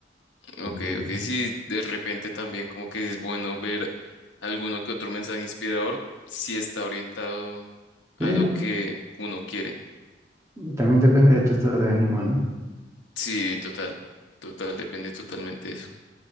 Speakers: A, on the left; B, on the right.
A: Ok,
B: Sí,
A: ok, sí, de repente también como que es bueno ver alguno que otro mensaje inspirador si está orientado a
B: Sí,
A: lo que uno quiere.
B: también depende de tu estado de ánimo, ¿no?
A: Sí, total, total, depende totalmente de eso.